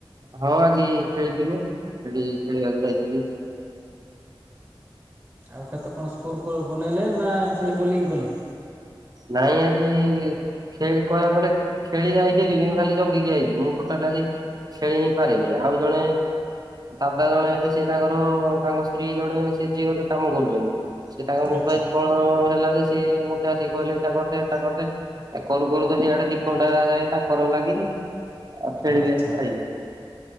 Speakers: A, on the right (about 45°); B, on the right (about 15°).
A: ହଁ ଆଜି ଖେଳିଥିଲୁ ଖେଳି ଖେଳିବାକୁ ଯାଇଥିଲି।
B: ଆଉ କେତେ କଣ ସ୍କୋର ବନେଇଲେ ନା ଖାଲି ବୋଲିଂ କଲେ।
A: ନାଇଁ ଆଜି ଖେଳି କହିବାକୁ ଗଲେ ଖେଳି ଯାଇଥିଲିଁ ଖାଲି ଜଗିକି ଯାଇଛି ମୁଁ ଟୋଟା ଖାଲି। ଖେଳି ହିଁ ପାରିନି ଆଉ ଜଣେ ଦାଦା ଜଣେ ହେବେ ସେ ତାଙ୍କର ତାଙ୍କ ସ୍ତ୍ରୀ ଜଣେ ସେ ଜିଓ ରେ କାମ କରୁଛନ୍ତି। ସେ ତାଙ୍କ ମୋବାଇଲ
B: ଆଚ୍ଛା
A: କଣ ହେଲା ଯେ ସିଏ ମତେ ଆସିକି କହିଲେ ଏଟା କରିଦେ ଏଟା କରିଦେ। ଏ କରୁ କରୁ ତ ସେଇଆଡେ ଦି ଖଣ୍ଟା ଯାଏ ତା କରର ଲାଗିଲି। ଆଉ ଖେଳିବି
B: ଆଚ୍ଛା।
A: ଆଜି ପାରିନି।